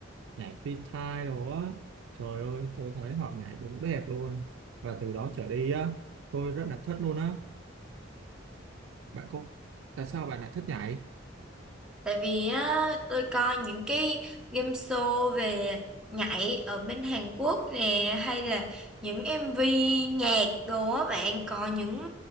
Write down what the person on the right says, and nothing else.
nhảy freestyle đồ á trời ơi tôi thấy họ nhảy đúng đẹp luôn và từ đó trở đi á tôi rất là thích luôn á bạn có tại sao bạn lại thích nhảy